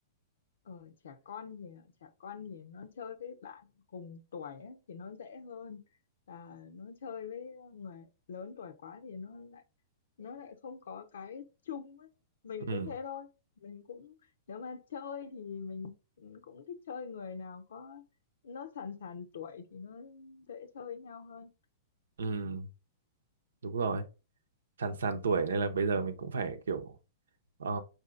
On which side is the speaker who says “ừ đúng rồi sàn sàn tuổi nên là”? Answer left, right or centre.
Right